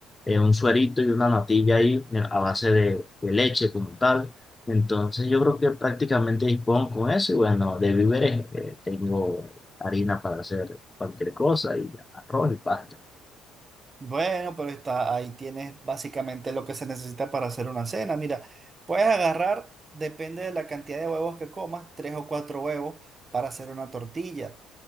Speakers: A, on the left (about 25°); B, on the right (about 30°).
A: eh, un suerito y una natilla ahí eh, a base de de leche como tal. Entonces yo creo que prácticamente dispongo con eso y bueno, de víveres eh, tengo harina para hacer cualquier cosa y arroz y pasta.
B: Bueno, pero está, ahí tienes básicamente lo que se necesita para hacer una cena. Mira, puedes agarrar, depende de la cantidad de huevos que comas, tres o cuatro huevos para hacer una tortilla